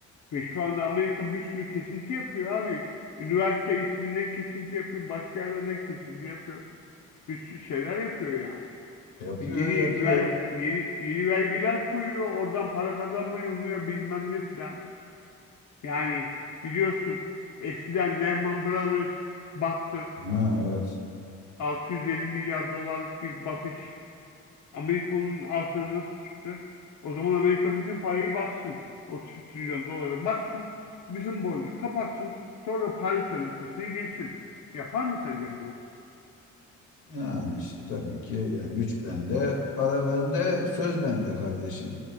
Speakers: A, on the left (about 70°); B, on the left (about 90°).
A: Ve şu anda Amerika bir sürü kesinti yapıyor abi. Üniversite eğitiminden kesinti yapıyor, başka yerlerden kesinti yapıyor. Bir sürü şeyler yapıyor yani.
B: Yapıyor,
A: Yeni
B: yapıyor.
A: ver yeni yeni vergiler koyuyor, oradan para kazanmayı umuyor bilmem ne filan. Yani biliyorsun eskiden Lehman Brothers battı.
B: Ha evet.
A: 650 milyar dolarlık bir batış. Amerika'nın altına nasıl çıktı? O zaman Amerika bütün parayı bassın. 32 trilyon doları bassın. Bizim borcu kapatsın. Sonra da Paris Sözleşmesi'ne girsin. Yapar mı sence bunu?
B: Yani işte tabii ki yani güç bende, para bende, söz bende kardeşim.